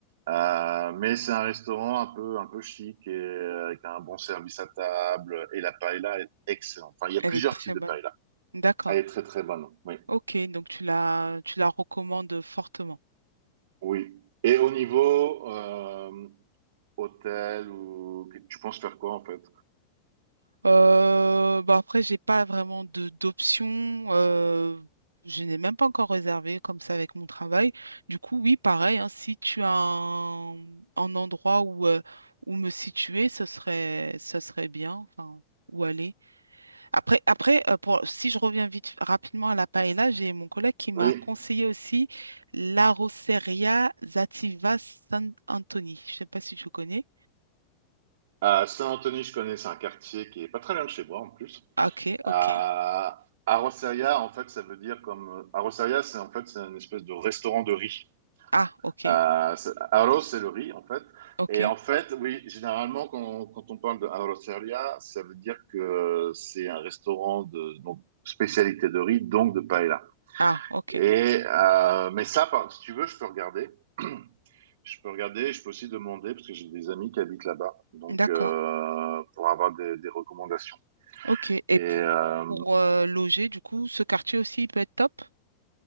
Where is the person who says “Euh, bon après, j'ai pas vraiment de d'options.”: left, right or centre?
Right